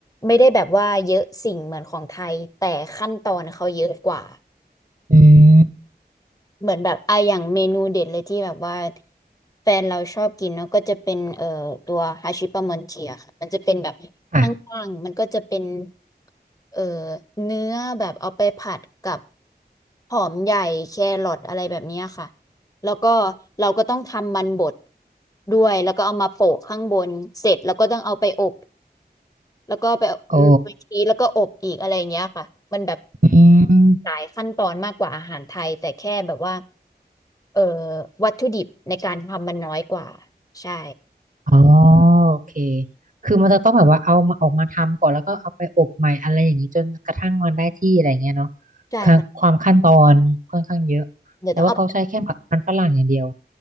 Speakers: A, on the left (about 20°); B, on the right (about 50°).
A: ไม่ได้แบบว่าเยอะสิ่งเหมือนของไทยแต่ขั้นตอนเขาเยอะกว่า
B: <laughs> อืม <laughs>
A: เหมือนแบบอ่ะอย่างเมนูเด็ดเลยที่แบบว่าแฟนเราชอบกินเนาะก็จะเป็นเอ่อตัวฮาชิปามอนเทียค่ะมันจะเป็นแบบข้างๆมันก็จะเป็น
B: ค่ะ
A: เอ่อเนื้อแบบเอาไปผัดกับหอมใหญ่แครอทอะไรแบบเนี้ยค่ะแล้วก็เราก็ต้องทำมันบดด้วยแล้วก็เอามาโปะข้างบนเสร็จแล้วก็ต้องเอาไปอบ แล้วก็ไป
B: โอ้
A: ไปชีสแล้วก็อบอีกอะไรอย่างเงี้ยค่ะมันแบบ
B: อืม
A: หลายขั้นตอนมากกว่าอาหารไทยแต่แค่แบบว่าเอ่อวัตถุดิบในการทำมันน้อยกว่าใช่
B: อ๋อโอเค คือมันจะต้องแบบว่าเอามาออกมาทำก่อนแล้วก็เอาไปอบใหม่อะไรอย่างนี้จนกระทั่งมันได้ที่อะไรเงี้ยเนาะ
A: ใช่ค่ะ
B: ค่ะความขั้นตอนค่อนข้างเยอะ
A: เดี๋ยวต้องเอา
B: แต่ว่าเขาใช้แค่มันฝรั่งอย่างเดียว